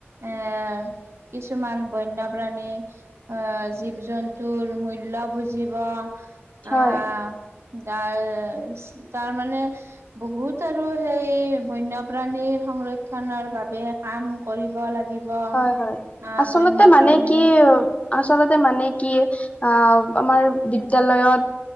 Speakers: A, on the right; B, on the left.
A: এ কিছুমান বন্যপ্ৰাণী আহ, জীৱ জন্তুৰ মূল্য বুজিব আহ
B: হয়।
A: ত' তাৰ মানে বহুত আৰু সেই বন্যপ্ৰাণীৰ সংৰক্ষনৰৰ বাবে কাম কৰিব লাগে। লাগিব
B: হয় হয়
A: আ
B: আচলতে
A: বন্যপ্ৰাণী
B: মানে কি আচলতে মানে, কি আ আমাৰ বিদ্যালয়ত